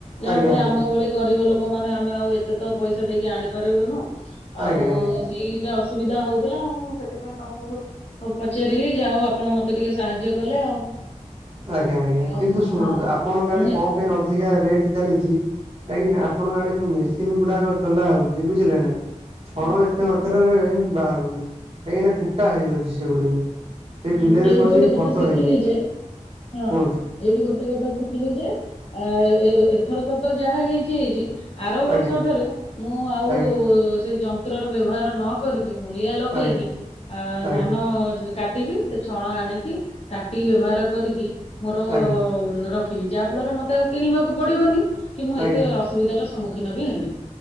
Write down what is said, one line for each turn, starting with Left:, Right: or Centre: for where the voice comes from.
Left: ଯାହା
Right: ଆଜ୍ଞା
Left: ଫଳରେ
Right: ଆଜ୍ଞା।
Left: ଆମ ଭଳି ଗରିବ ଲୋକୋ ମାନେ ଆମେ ଆଉ ଏତେ ତ ପଇସା ଦେଇକି ଆଣିପାରିବୁନୁ। ଆଉ
Right: ଆଜ୍ଞା ଆଜ୍ଞା
Left: ସେଇ ଅସୁବିଧା ହୋଉଥୁଲା ଆଉ ସେଥିପାଇଁ ତମୁକୁ ପଚାରିଲି ଯାହା ହୋଉ ଆପଣ ମତେ ଟିକେ ସାହାଯ୍ୟ। କଲେ ଆଉ।
Right: ଆଜ୍ଞା ଆଜ୍ଞା କିନ୍ତୁ
Left: ଓ
Right: ଶୁଣନ୍ତୁ
Left: ହଁ
Right: ଆପଣଙ୍କ ଆଡେ
Left: ମୁଁ
Right: କଁ ପାଇଁ ଅଧିକା ରେଟ୍ ଚାଲିଚି। କାହିଁକି ନା ଆପଣଙ୍କ ଆଡେ ଯୋଉ ମେସିନ୍ ଗୁଡାକ ଚଲାହୋଉଚି ବୁଝିଲେ ନା। ଛଣ
Left: ହୁଁ,
Right: ଏତେ ମାତ୍ରାରେ ବାହାରୁନି କାହିଁକିନା କୁଟା ହେଇଯାଉଚି ସେଗୁଡିକ। ସେଇ
Left: ନାଇଁ
Right: ବିଲରେ
Left: ମୁଁ ଏଇଠୁ
Right: ପଶିକି
Left: ଗୋଟେ କଥା
Right: ଖତ
Left: ଶିଖିଲି
Right: ହେଇଯାଉଛି।
Left: ଯେ ହଁ
Right: କୁହନ୍ତୁ
Left: ଏଇଠୁ ଗୋତେ କଥା ଶିଖିଲି ଯେ ଆଁ ଏବ୍ ଏଇ ଏଥରକ ତ ଯାହା ହେଇଚି ହେଇଚି। ଆର ବର୍ଷ
Right: ଆଜ୍ଞା
Left: ଠାରୁ ମୁଁ ଆଉ
Right: ଆଜ୍ଞା
Left: ସେ ଯନ୍ତ୍ରର ବ୍ୟବହାର ନକରି। କି ମୂଲିଆ ଲଗେଇକି
Right: ଆଜ୍ଞା
Left: ଆ
Right: ଆଜ୍ଞା
Left: ଧାନ ଯ ଟିବେ ସେ ଛଣ ଆଣିକି ତାଟି ବ୍ୟବହାର କରିକି ମୋରୋ
Right: ଆଜ୍ଞା
Left: ଉଁ ରଖି ବି ଯାହା ଫଳରେ ମତେ ଆଉ କିଣିବାକୁ ପଡିବନି କି ମୁଁ
Right: ଆଜ୍ଞା
Left: ଏତେ ଅସୁବିଧାର ସମ୍ମୁଖୀନ ବି ହେବେନି।